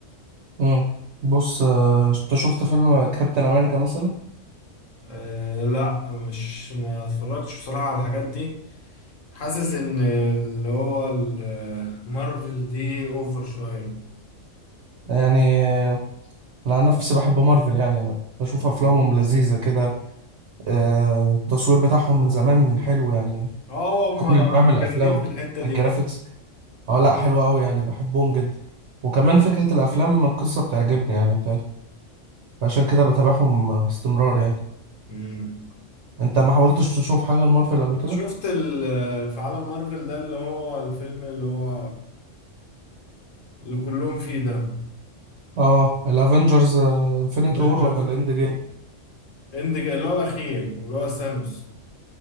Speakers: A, on the right (about 65°); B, on the left (about 80°).
A: امم بص آه، انت شفت فيلم كابتن امريكا مثلا
B: أه لا مش ما اتفرجتش بصراحه على الحاجات دي حاسس ان اللي هو ال- مارفل دي اوفر شويه
A: يعني آه، انا عن نفسي بحب مارفل يعني بشوف
B: اه
A: افلامهم لذيذه كده آه، التصوير بتاعهم من زمان حلو يعني
B: آه، هم
A: كون
B: هم
A: انه يعمل
B: جامدين
A: افلام
B: في الحته دي
A: الجرافيكس اه لا حلو قوي يعني بحبهم جدا وكمان فكره الافلام القصه بتعجبني يعني بتاعتهم عشان كده بتابعهم باستمرار يعني
B: مم.
A: انت ما حاولتش تشوف حاجه لمارفل قبل كده
B: شفت ال- في عالم مارفل ده اللي هو الفيلم اللي هو اللي كلهم فيه ده
A: اه الافنجرز انفينيتي
B: افنجرز
A: وور ولا الاند جيم
B: اند اللي هو الاخير اللي هو ثانوس